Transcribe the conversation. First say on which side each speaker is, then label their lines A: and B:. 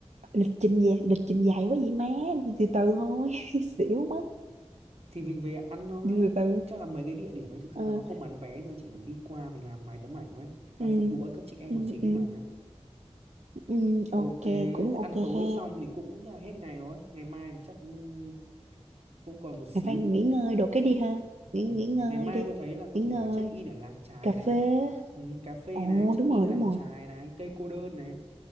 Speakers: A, on the right; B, on the right.
A: lịch trình dài lịch trình dài quá vậy má đi từ từ thôi <laughs> xỉu mất
B: thì mình về ăn thôi.
A: đi từ từ
B: Chắc là mấy cái địa điểm ấy thực ra
A: ừ
B: nó không bán vé, thôi, chỉ mình đi qua mình làm vài tấm ảnh thôi. Thế
A: ừ
B: là phục vụ các chị em
A: ừ
B: là chính
A: ừ
B: ấy mà.
A: ừ, ok
B: Ok, thế
A: cũng ok
B: ăn tối
A: ha
B: xong thì cũng là hết ngày rồi. Ngày mai chắc cũng, cũng còn một xíu.
A: mày phải nghỉ ngơi đồ cái đi ha nghỉ
B: Ừ.
A: nghỉ ngơi
B: Ngày mai
A: đi
B: tôi thấy là có
A: nghỉ ngơi
B: thể là check in ở làng chài
A: cà
B: này.
A: phê
B: Ừ, cà phê
A: ồ
B: này, check
A: đúng
B: in
A: rồi
B: làng
A: đúng rồi
B: chài này, cây cô đơn này.